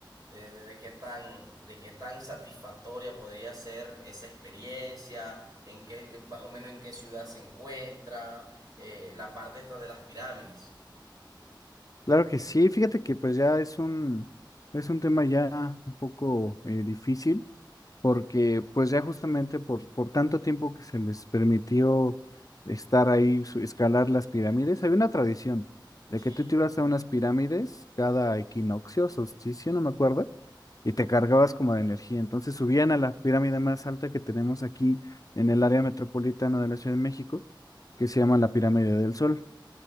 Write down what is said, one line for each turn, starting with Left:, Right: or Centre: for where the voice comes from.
Right: de, de- de qué tan, de qué tan satisfactoria podría ser esa experiencia, en qué, eh, más o menos en qué ciudad se encuentra, eh, la parte esta de las pirámides.
Left: Claro que sí, fíjate que pues ya es un, es un tema ya un poco eh, difícil, porque pues ya justamente por, por tanto tiempo que se les permitió estar ahí, su- escalar las pirámides, había una tradición de que
Right: Sí.
Left: tú te ibas a unas pirámides cada equinoccio, solsticio, no me acuerdo, y te cargabas como de energía. Entonces subían a la pirámide más alta que tenemos aquí en el área metropolitana de la Ciudad de México, que se llama la Pirámide del Sol.